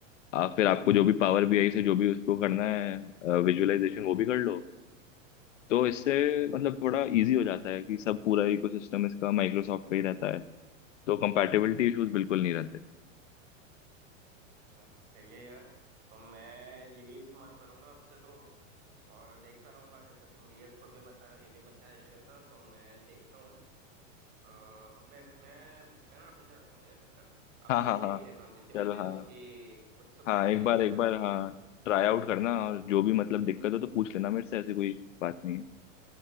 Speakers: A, on the left (about 65°); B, on the right (about 25°).
A: आप फिर आपको जो भी पावर बीआई से जो भी उसको करना है विजुअलाइजेशन वो भी कर लो तो इससे मतलब थोड़ा इजी हो जाता है कि सब पूरा इकोसिस्टम इसका माइक्रोसॉफ्ट का ही रहता है तो कंपैटिबिलिटी इश्यूज बिल्कुल नहीं रहते
B: अच्छा सही है यार तो मैं यही इस्तेमाल करूंगा अब से तो और देखता रहूंगा जैसे तुम वीएस को भी बताया और ये भी बताया एश्योर का तो मैं देखता हूँ अ, मैं मैं मैं ना अभी जाता हूँ यार <laughs> अभी
A: हाँ हाँ
B: देख
A: हाँ
B: लेता हूँ क्योंकि मुझे
A: चलो
B: उसकी
A: हाँ
B: उत्सुकता
A: हाँ
B: सी
A: एक बार एक
B: जाग
A: बार
B: गई है
A: हाँ ट्राई आउट करना और जो भी मतलब दिक्कत हो तो पूछ लेना मेरे से ऐसी कोई बात नहीं है